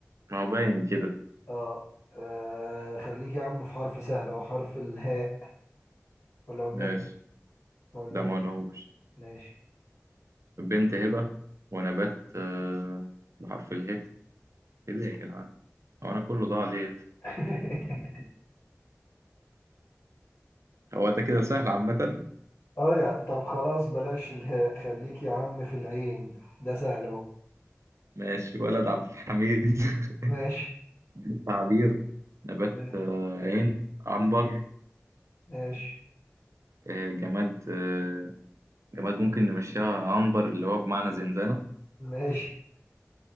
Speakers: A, on the right; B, on the left.
A: ما هو باين كده
B: اه آه، خليك يا عم في حرف سهل او حرف الهاء ولا والندى
A: ماشي
B: ولا
A: ده
B: هو
A: ما قلناهوش
B: كده ماشي
A: بنت هبة ونبات آه، بحرف اله ايه ده يا جدعان هو انا كله ضاع ليه
B: <laughs>
A: هو ده كده سهل عامة
B: اه يا طب خلاص بلاش الهاء خليك يا عم في العين ده سهل اهو
A: ماشي ولد عبد الحميد <laughs>
B: ماشي
A: بنت عبير نبات
B: ماشي
A: آه، عين عنبر
B: ماشي
A: آه، جماد آه، جماد ممكن نمشيها عنبر اللي هو بمعنى زنزانة
B: ماشي